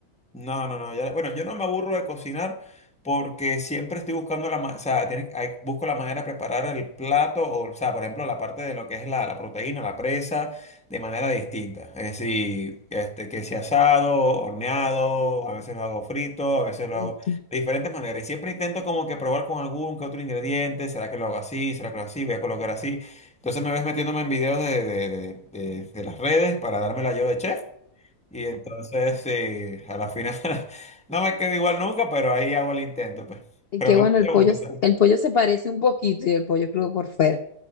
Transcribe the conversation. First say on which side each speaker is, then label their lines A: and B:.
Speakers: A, in the centre; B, on the left.
A: No, no, no. ya- bueno, yo no me aburro de cocinar porque siempre estoy buscando la, ma- o sea, tiene- hay- busco la manera de preparar el plato, o, o sea, por ejemplo, la parte de lo que es la, la proteína, la presa, de manera distinta. Es decir, este, que sea asado, horneado, a veces lo hago frito, a veces lo
B: Ay,
A: hago
B: qué-
A: de diferentes maneras. Y siempre intento como que probar con algún que otro ingrediente. ¿Será que lo hago así? ¿Será que lo hago así? Voy a colocar así. Entonces me ves metiéndome en videos de, de, de, de, de las redes para darme la yo de chef. Y entonces, sí, a la final <laughs> no me quedo igual nunca, pero ahí hago el intento, pues.
B: Y
A: Pero
B: que
A: me
B: bueno,
A: gusta,
B: el pollo,
A: me gusta. o
B: el pollo se parece un poquito y el pollo crudo por fuera.